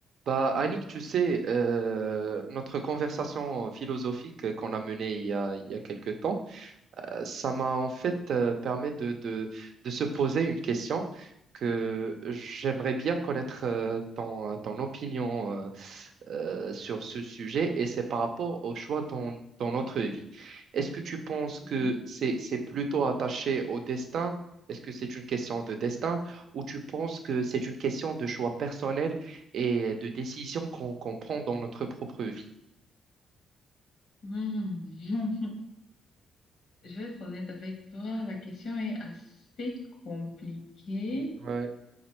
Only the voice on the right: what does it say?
Bah, Annick, tu sais, euh, notre conversation philosophique qu'on a menée il y a, il y a quelques temps, ça m'a en fait euh, permis de, de, de se poser une question que j'aimerais bien connaître euh, ton, ton opinion euh, euh, sur ce sujet et c'est par rapport au choix dans, dans notre vie. Est-ce que tu penses
que c'est, c'est plutôt attaché au destin? Est-ce que c'est une question de destin ou tu penses que c'est une question de choix personnel et de décision qu'on qu'on prend dans notre propre vie?
Ouais,